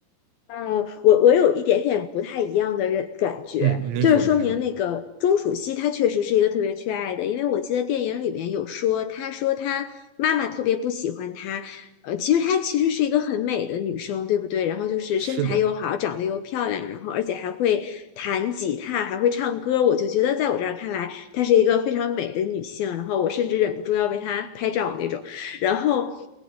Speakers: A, on the left; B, on the right.
A: 嗯我我有一点点不太一样的认感觉，
B: 嗯，您说您说，
A: 就是说明那个钟楚曦她确实是一个特别缺爱的，因为我记得电影里面有说，她说她妈妈特别不喜欢她，呃，其实她其实是一个很美的女生，对不对？然后就是身材又好，
B: 是的，
A: 长得又漂亮，然后而且还会弹吉他，还会唱歌，我就觉得在我这儿看来，她是一个非常美的女性，然后我甚至忍不住要为她拍照那种。然后。